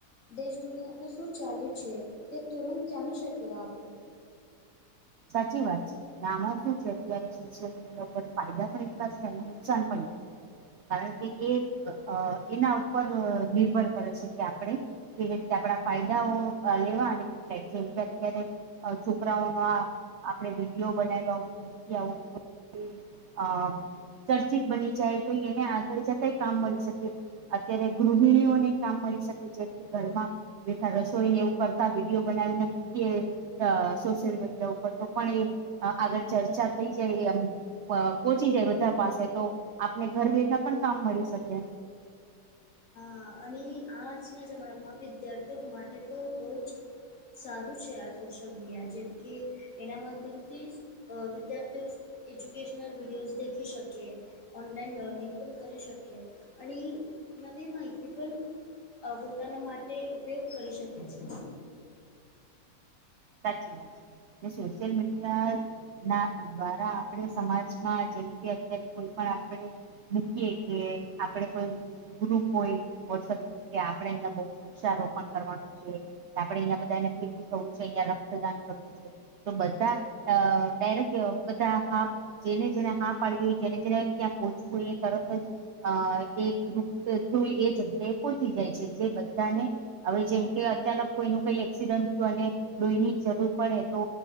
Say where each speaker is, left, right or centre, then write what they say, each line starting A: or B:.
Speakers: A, on the left; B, on the right.
A: દેશ દુનિયામાં શું ચાલ્યું છે તે તુરંત જાણી શકીએ આપણે
B: સાચી વાત છે. નામાં શું છે અત્યારે સોશિયલ મીડિયા ઉપર ફાયદા પણ એટલા છે અને નુકસાન પણ કારણ કે એ અ એના ઉપર નિર્ભર કરે છે કે આપણેે કે જે રીતે આપણા ફાયદાઓ અ લેવા અને કેટલા જેમ <unintelligible> કરે છોકરાઓના આપણેે વિડીયો બનાવ્યા હોય મૂક્યા હોય તો <unintelligible> અ ચર્ચિત બની જાય તો એને આગળ જતાય કામ મળી શકે. અત્યારે ગૃહિણીઓને કામ મળી શકે જેમ કે ઘરમાં. જેઠા રસોઈ ને એવું કરતા વિડીયો બનાવીને મૂકીએ અ સોશિયલ મીડિયા ઉપર. તો પણ એ આગળ ચર્ચા થઈ જાય એ એમ પ પોહચી જાય બધા પાસે તો આપને ઘર બેઠા પણ કામ મળી શકે.
A: અ અહીં આજના જમાનામાં વિદ્યાર્થીઓ માટે તો બહુ જ સારું છે આ સોશિયલ મીડિયા જેમ કે એના માધ્યમથી અ વિદ્યાર્થીઓ એજ્યુકેશનલ વિડીયોઝ દેખી શકે ઓનલાઈન <unintelligible> કરી શકીએ અને ઈ નવી માહિ તી પણ પોતાના માટે ઉપયોગ કરી શકે છે.
B: સાચી વાત છે ને સોશિયલ મીડિયા ના દ્વારા આપણે સમાજમાં જેમ કે અત્યારે કોઈ પણ આપણે મૂકીએ કે આપણે કોઈ ગ્રુપ હોય વ્હોટસએપ ગ્રુપ કે આપણે અહીંયા વૃક્ષારોપણ કરવાનું છે કે આપડે અહિયાં બધાને ભેગું થવું છે અહિયાં રક્તદાન કરવું છે. તો બધા અ ડાયરેક બધા હા જેને જેને હા પાડવી હોય જેને જેને ત્યાં પહોંચવું હોય એ તરત જ અ એ ગ્રુપ તું એ જગ્યાએ પહોચી જાય છે જે બધાને હવે જેમ કે અચાનક કોઈનું કઈ એક્સિડન્ટ થયું અને લોહીની જરૂર પડે તો